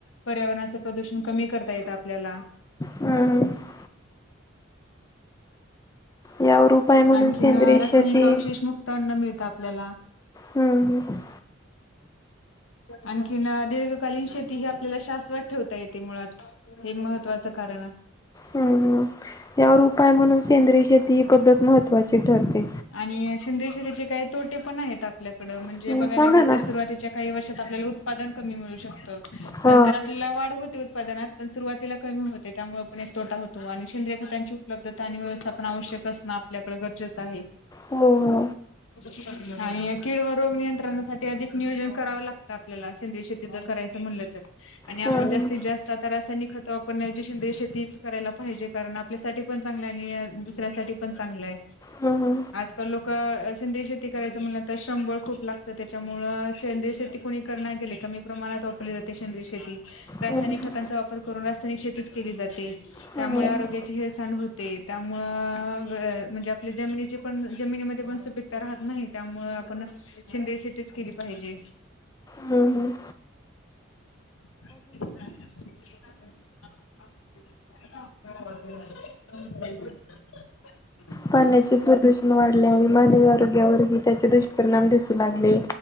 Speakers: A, on the left; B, on the left.
A: पर्यावरणाच प्रदूषण कमी करता येत आपल्याला.
B: हम्म यावर उपाय म्हणून
A: आणखीन
B: सेंद्रिय
A: रासायनिक
B: शेती
A: अवशेष मुक्त अन्न मिळतं आपल्याला.
B: हम्म हम्म.
A: आणखीन दीर्घकालीन शेती ही आपल्याला शाशवत ठेवता येते मुळात. हे महत्त्वाचं कारण आहे.
B: हम्म हम्म. यावर उपाय म्हणून सेंद्रिय शेती ही पद्धत महत्त्वाची ठरते.
A: आणि सेंद्रिय शेतीचे काही तोटे पण आहेत. आपल्याकडे म्हणजे
B: हम्म,
A: बघायला
B: सांगा
A: गेल
B: ना.
A: तर सुरुवातीच्या काही वर्षात आपल्याला उत्पादन कमी मिळू शकतं.
B: हा
A: नंतर आपल्याला वाढ होते होत उत्पादनात. पण सुरुवातीला कमी होते. त्यामुळे पण एक तोटा होतो. आणि शंद्रीय खतांची उपलब्धता आणि व्यवस्था पण आवश्यक कसणं आपल्याकडे गरजेचं आहे.
B: हो हो.
A: आणि किड व रोग नियंत्रणासाठी अधिक नियोजन करावं लागतं आपल्याला. सेंद्रिय शेत ति जर करायचं म्हणलं तर. आणि आपण
B: हम्म
A: जास्तीत जास्त आता रासायनिक खतं वापरण्याऐवजी सेंद्रिय शेतीच करायला पाहिजे. कारण आ पल्यासाठी पण चांगलय आणि दुसऱ्यांसाठी पण चांगलंय.
B: हम्म
A: आजकाल लोक सेंद्रिय शेती करायचं म्हणलं तर, श्रमबळ खूप लागतं त्याच्यामुळं सेंद्रिय शेती कोणी करणा गेले. कमी प्रमाणात वापरली जाते शेंद्री शेती. रासायनिक
B: हम्म
A: खतांचा वापर करून, रासायनिक शेतीच केली जाते. त्यामुळे
B: हम्म
A: आरोग्याची हेळसांड होते. त्यामु अ म्हणजे आपल्या जमनी ची पण जमिनीमध्ये पण सुपिकता राहत नाही. त्यामुळे आपण सेंद्रिय शेतीच केली पाहिजे.
B: हम्म हम्म.
A: <inaudible> <inaudible>
B: पाण्याची प्रदु न वाढले. आणि मानवी आरोग्यावरही त्याचे दुष्परिणाम दिसू लागले.